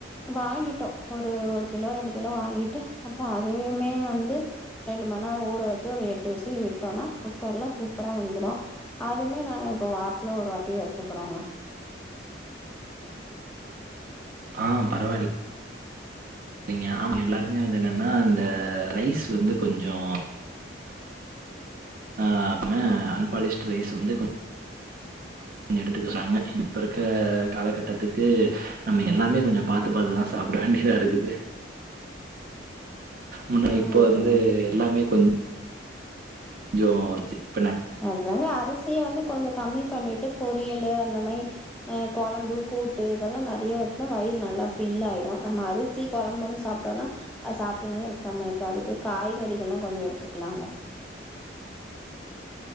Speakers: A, in the centre; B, on the right (about 45°).
A: வாங்கிட்டோ ஒரு ஒரு கிலோ ரெண்டு கிலோ வாங்கிட்டு அப்றோ அதுவுமே வந்து ரெண்டு மண்நேர ஊற வ <unintelligible> டு விசில் விட்டோனா குக்கர்ல சூப் அப்றோ வெந்துடூ அதுமே நாங்க இப்ப வார்த்தில ஒரு வாட்டி எடுத்திக்றோங்க
B: ஆஹ் பரவாயில் ரிங்க ஆமா எல்லாருமே வந்து என்னன்னா இந்த ரைஸ் வந்து கொஞ்சோ ஆ அப்பனா அன்பாலிஷ்ட் ரைஸ் வந்து கொ எடுத்துக்க சாங்க இப்ப இருக்க காலகட்டத்திக்கு நம்ம எல்லாமே கொஞ்சோ பாத்து பாத்துதா சாப்பட வேண்டியதா இருக்குது முன்ன
A: ம்.
B: இப்போ வந்து எல்லாமே கொ <unintelligible>
A: அதுதாங்க அரிசிய வந்து கொஞ்சொ கம்மி பண்ணிட்டு பொரியலு அந்த மாய் அஹ் கொழம்பு கூட்டு இதெல்லா நெறைய எடுத்தா வயிறு நல்லா ஃபில் ஆயிடூ நம்ம அரிசி கொழம்புன் சாப்டோனா அத சாப்ட்டுனே இருக்ற மேரி பாதுக்கு காய்கறிகள்ல்லா கொஞ்சோ எடுத்திக்கலாங்க